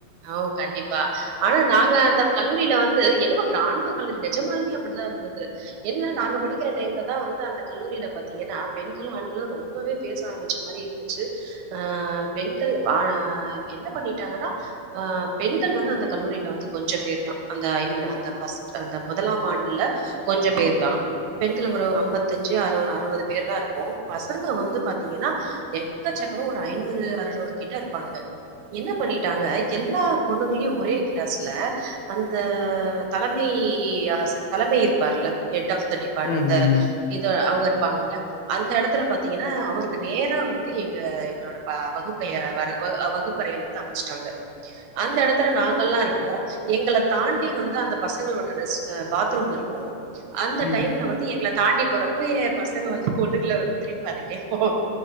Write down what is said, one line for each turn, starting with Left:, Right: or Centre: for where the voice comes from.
Right: அவ் கண்டிப்பா ஆனா நாங்க அந்த கல் லூரில வந்து என்னமோ இராணுவ கல்லூரி நெஜமாலுமே அப்புட்தா இருந்தது என்ன நாங்க படிக்கிற டைம்ல தான் வந்து அந்த கல்லூரில பாத்தீங்கனா பெண்களு ஆண்களு ரொம்பவே பேச ஆரம்பிச்ச மாரி இருந்துச்சு ஆ பெண்கள் பா ஆ என்ன பண்ணிட்டாங்கன்னா ஆ பெண்கள் வந்து அந்த கல்லூரில வந்து கொஞ்சம் பேர் தான் அந்த ஐ மீன் அந்த ஃபர்ஸ்ட் அந்த முதலாம் ஆண்டுல கொஞ்சம் பேர் தான் பெண்கள் ஒரு ஐம்பத்தஞ்சு அறு அறுபது பேர் தான் இருப்போம் பசங்க வந்து பாத்தீங்கன்னா எக்கச்சக்கமா ஒரு ஐநூறு அறுநூறு கிட்ட இருப்பானுங்க என்ன பண்ணிட்டாங்க எல்லா பொண்ணுங்களையும் ஒரே கிளாஸ்ல அந்த தலமை ஆசி தலமை இருப்பார்ல ஹெட் ஆஃப் டிபார்ட்
Left: ம்
Right: அந்த
Left: ம்
Right: இது அவுங்க இருப்பாங்கல்ல அந்த எடத்துல பாத்தீங்கன்னா அவருக்கு நேரா வந்து எங்க எங்களோட ப வகுப்ப வ வகுப்பறைய வந்து அமைச்சுட்டாங்க அந்த எடத்துல நாங்கல்லா இருப்போம் எங்கள தாண்டி வந்து அந்த பசங்களோட ரெஸ்ட் பாத்ரூம் இருக்கும் அந்த
Left: ம்
Right: டைம்ல வந்து எங்கள தாண்டி போற போய் பசங்க வந்து பொண்ணுங்கள வந்து திரும்பி பாத்துகிட்டே போவ